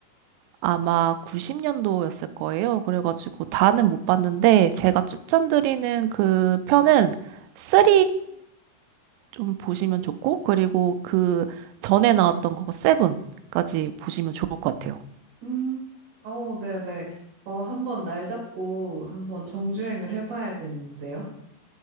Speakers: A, on the right; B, on the right.
A: 아마 90년도였을 거예요. 그래가지고 다는 못 봤는데 제가 추천드리는 그 편은 3 좀 보시면 좋고 그리고 그 전에 나왔던 거 7까지 보시면 좋을 것 같아요.
B: 음, 어, 네네. 어, 한번 날 잡고 한번 정주행을 해봐야겠는데요.